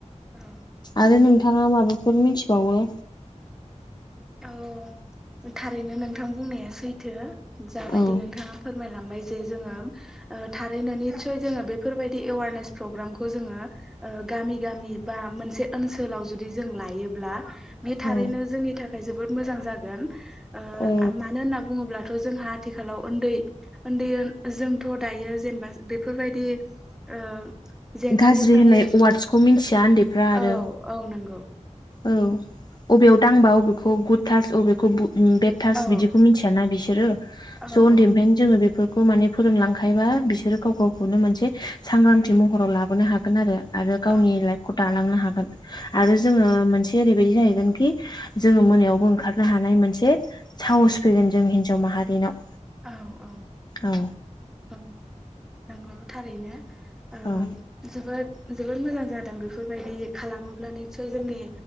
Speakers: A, in the centre; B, on the left.
A: औ
B: आरो नोंथाङा माबाफोर मिथिबावो
A: औ थारैनो नोंथां बुंनाया सैथो जाबायदि
B: औ
A: नोंथाङा फोरमायलांबाय जे जोङो थारैनो निसय जोङो बेफोरबायदि एवारनेस प्रग्रामखौ जोङो गामि गामि बा मोनसे ओनसोलाव जुदि जों लायोब्ला बे थारैनो
B: औ
A: जोंनि थाखाय जोबोद मोजां जागोन मानो
B: औ
A: होनना बुङोब्लाथ' जोंहा आथिखालाव उन्दै उन्दै जोंथ' दायो जेनेबा बेफोरबायदि ओ जेंनानिफ्राय
B: गाज्रि होननाय वार्डसखौ मिन्थिया उन्दैफ्रा आरो
A: औ औ नंगौ
B: औ बबेयाव दांबा अबेखौ गुद थास बबेखौ बे थास्
A: औ
B: बिदिखौ मिथियाना बिसोरो
A: औ औ
B: स' उन्दैनिफ्राय जोङो बेफोरखौ माने फोरोंलांखायो बा बिसोरो गाव गावखौनो मोनसे सांग्रांथि महराव लाबोनो हागोन आरो। आरो गावनि
A: औ
B: लाइफखौ दालांनो हागोन आरो
A: औ
B: जोङो मोनसे ओरैबायदि जाहैगोन खि जोङो मोनायावबो ओंखारनो हानाय मोनसे साहस फैगोन जों हिनजाव माहारिनाव।
A: औ औ
B: औ
A: ओं नंगौ थारैनो। ओ
B: औ
A: जोबोद जोबोद मोजां जादों बेफोर बायदि खालामोब्ला निसय जोंनि